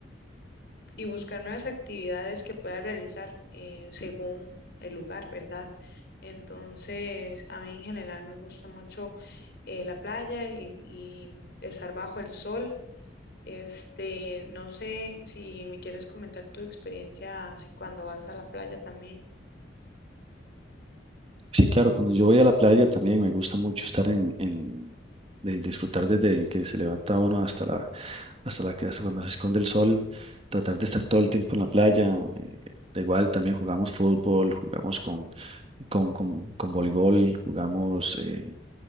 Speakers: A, on the left (about 55°); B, on the right (about 30°).
A: y buscar nuevas actividades que pueda realizar eh, según el lugar, ¿verdad? Entonces, a mí en general me gusta mucho eh, la playa y, y estar bajo el sol. Este, no sé si me quieres comentar tu experiencia así cuando vas a la playa también.
B: Sí, claro, cuando yo voy a la playa también me gusta mucho estar en, en de disfrutar desde que se levanta uno hasta la, hasta la que hasta cuando se esconde el sol, tratar de estar todo el tiempo en la playa. eh, da igual, también jugamos fútbol, jugamos con, con, con, con voleibol, jugamos, eh,